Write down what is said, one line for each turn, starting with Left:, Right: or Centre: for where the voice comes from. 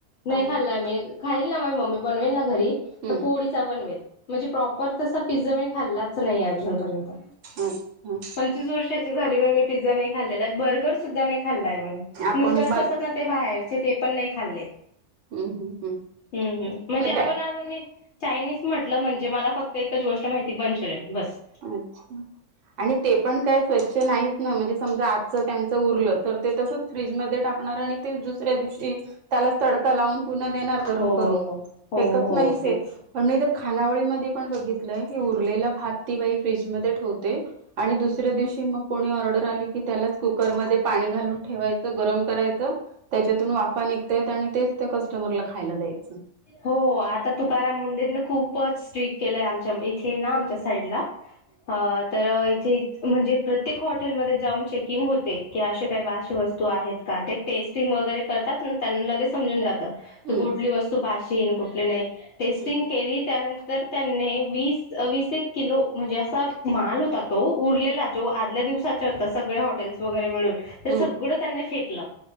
Left: नाही
Right: अरे
Left: खाल्ला मी खाईल ना माही, मम्मी बनवेल ना घरी
Right: हम्म
Left: तर पोळीचा बनवेल म्हणजे प्रॉपर तसा पिझ्झा खाल्लास नाही अजून पर्यंत
Right: हम्म
Left: पंचवीस वर्ष किती दिवस झाले मी पिझ्झा नाही खाल्ला बर्गर सुद्धा नाही खाल्ला
Right: अच्छा आपण
Left: नूडल्स
Right: मल
Left: तसं तर ते बाहेरचे ते पण नाही खाल्लेत
Right: हम्म हम्म हम्म
Left: हु, हु म्हणजे
Right: पण
Left: आपण
Right: त्या
Left: अजून बी चायनीज म्हटलं म्हणजे मला फक्त एकच गोष्ट माहिती मंचुरियन बस
Right: अच्छा आणि ते पण काय स्वच्छ नाहीच ना म्हणजे समजा आजच त्यांचं उरलं तर ते तसं फ्रीज म टाकणार आणि ते दुसऱ्या दिवशी त्याला तडका लावून पुन्हा देणार करम
Left: हो
Right: करून
Left: हो हो
Right: फेकत नाहीचेत
Left: हो तेच.
Right: पण मी तर खानावळीमध्ये पण बघितलंय की उरलेला भात ती बाई फ्रीजमध्ये ठेवते आणि दुसऱ्या दिवशी मग कोणी ऑर्डर आली की त्यालाच कुकरमध्ये पाणी घालून ठेवायचं गरम करायचं त्याच्यातून वाफा निघता य आणि तेच त्या कस्टमरला खायला द्यायच
Left: हो आता तुकाराम मुंडेंने खूपच स्ट्रीक केलंय आमच्या इथे ना आमच्या साईडला ह तर इथे म्हणजे प्रत्येक हॉ हॉटेलमध्येध्ये जाऊन चेकिंग होते की अे काही बाशे वस्तू आहेत का तेे टेस्टिंग वगैरे करतात ना ना लगेच समजून जात
Right: हम्म
Left: कुठली वस्तू भाष कुठली नाही टेस्टिंग
Right: हम्म
Left: केली त्यानंत तर त्यांनी वीस वीस एक किलो म्हणजे असा माल होता तो उरलेला जो आदल्या दिवसाात हो सगळे हॉटेल्स वगैरे मिळून ते
Right: हम्म
Left: सगळं त्यांनी फेकलं